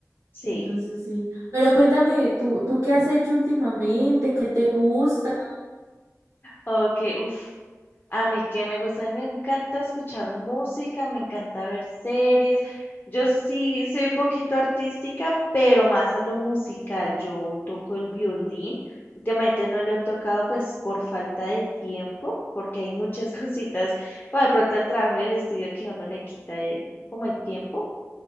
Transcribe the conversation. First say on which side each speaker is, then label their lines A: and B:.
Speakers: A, on the left; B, on the right.
A: sí.
B: entonces sí. Pero cuéntame, ¿tú, tú qué has hecho últimamente? ¿Qué te gusta?
A: Ok, uff, A mí que me gusta, a mí me encanta escuchar música, me encanta ver series. Yo sí soy un poquito artística, pero más a lo musical. Yo toco el violín. Últimamente no lo he tocado pues por falta de tiempo, porque hay muchas <laughs> cositas, como de pronto el trabajo del estudio que uno le quita eh, como el tiempo.